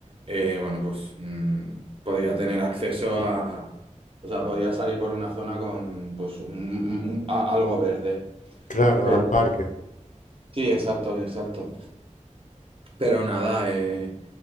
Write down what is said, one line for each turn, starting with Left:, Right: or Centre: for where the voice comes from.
Right: eh, bueno, pues mm, podía tener acceso a... O sea, podía salir por una zona con pues un- un- un- a- algo verde.
Left: <laughs> claro,
Right: Pero...
Left: al parque.
Right: Sí, exacto, exacto. Pero nada, eh,